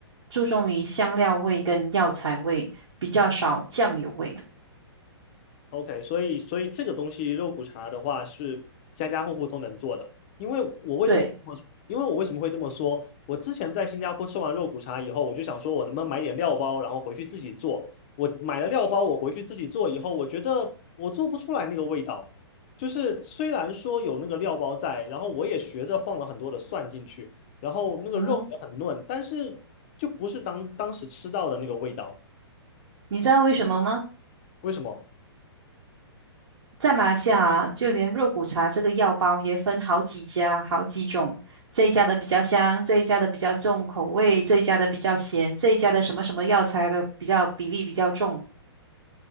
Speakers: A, on the right; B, on the left.
A: 注重于香料味跟药材味，比较少酱油味的。
B: OK，所以所以这个东西肉骨茶的话是家家户户都能做的，因为我为什么
A: 对，
B: 因为我为什么会这么说？我之前在新加坡吃完肉骨茶以后，我就想说，我能不能买点料包，然后回去自己做。我买了料包，我回去自己做以后，我觉得我做不出来那个味道。就是虽然说有那个料包在，然后我也学着放了很多的蒜进去，然后那个肉也很嫩，
A: 嗯哼，
B: 但是就不是当当时吃到的那个味道。
A: 你知道为什么吗？
B: 为什么？
A: 在马来西亚啊，就连肉骨茶这个药包也分好几家、好几种。这一家的比较香，这一家的比较重口味，这一家的比较咸，这一家的什么什么药材的比较比例比较重。